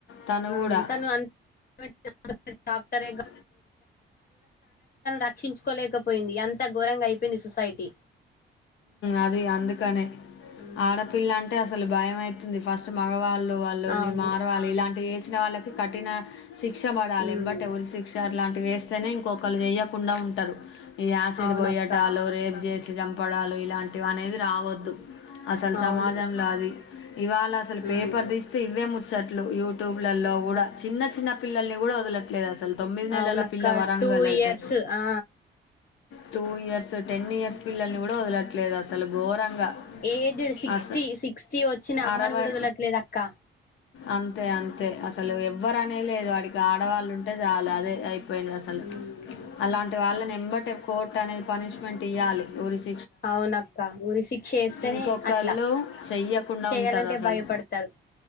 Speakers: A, on the left; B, on the left.
A: తను
B: ఇమ్
A: కూడా
B: తను ఆన్ <unintelligible> సరేగ
A: మ్
B: రక్షించుకోలేకపోయింది. అంత ఘోరంగా అయిపోయింది సొసైటీ.
A: అది అందుకనే
B: హ్మ్.
A: ఆడపిల్ల అంటే అసలు భయమై తుంది ఫస్ట్ మగవా వాళ్ళు వాళ్ళుని
B: అవును.
A: మరవాలి ఇలాంటివి చెస్ ఇచ్చిన వాలకు కటిన శిక్ష పడాలి
B: హ్మ్.
A: ఎంబట్టే ఊరి శి శిక్ష అట్లాంటివి వేస్తేనే ఇంకొకలు చెయ్యకుండా ఉంటరు ఈ యాసిడ్
B: అవునక్క.
A: పోయటాలు రేప్ చేస్ చంపడాలు ఇలాంటివి అనేది రావొద్దు అసలు
B: అవును.
A: సమాజంలో ఆది ఇవాళ అసల్
B: హ్మ్.
A: పేపర్ తీస్తే ఇవే ము చెట్లు యూట్యూబ్లలో గూడ
B: అవు
A: చిన్న చిన్న పిల్లల్ని గూడ వదలట్లే అసలు తొమ్మిది నెలల
B: అవునక్క
A: పిల్ల వరంగల్
B: టూ
A: అయితే
B: ఇయర్స్ ఆ
A: టూ ఇయర్స్ టెన్ ఇయర్స్ పిల్లల్ని గూడ వదలట్లేదు అసలు ఘోరంగా
B: ఏజ్డ్ సిక్స్టీ
A: అస
B: సిక్స్టీ వచ్చిన అమ్మని
A: అరవై
B: గూడా వదలట్ లేదు అక్క
A: అంతే అంతే అసలు ఎవ్వరనే లేదు వాడికి ఆడవాళ్ళు ఉంటే చాలు అదే అయి <unintelligible> అసలు
B: హ్మ్.
A: అలాంటి వాళ్ళనే ఎంబట్టే కోర్టు అనేది పనిష్మెంట్ ఇయ్యాలి ఊరి సి
B: అవునక్క ఊరి శిక్ష ఎస్తేనే
A: ఇంకొకళ్ళు
B: అట్లా
A: చెయ్యకుండా
B: చేయాలంటే
A: ఉంటారు అసలు
B: భయపడతారు